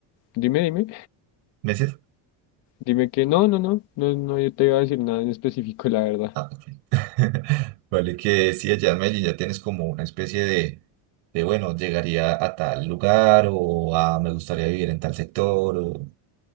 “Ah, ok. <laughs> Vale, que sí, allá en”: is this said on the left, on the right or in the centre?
Right